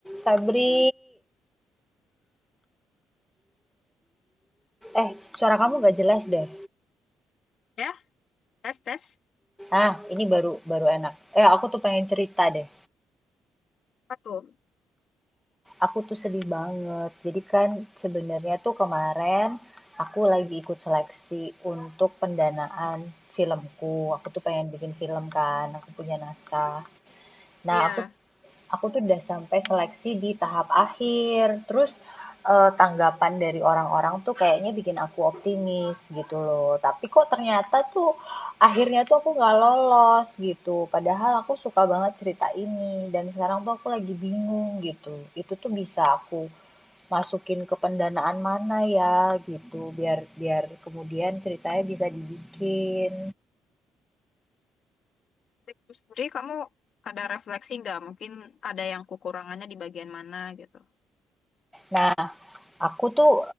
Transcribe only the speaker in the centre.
Febri, eh suara kamu gak jelas deh.
Ah, ini baru baru enak. Eh, aku tuh pengen cerita deh.
Aku tuh sedih banget. Jadi kan sebenarnya tuh kemarin aku lagi ikut seleksi untuk pendanaan filmku. Aku tuh pengen bikin film kan, aku punya naskah. Nah,
aku aku tuh udah sampai seleksi di tahap akhir. Terus eh, tanggapan dari orang-orang tuh kayaknya bikin aku optimis gitu loh. Tapi kok ternyata tuh akhirnya tuh aku nggak lolos gitu. Padahal aku suka banget cerita ini dan sekarang tuh aku lagi bingung gitu. Itu tuh bisa aku masukin ke pendanaan mana ya gitu biar biar kemudian ceritanya bisa dibikin.
Nah, Aku tuh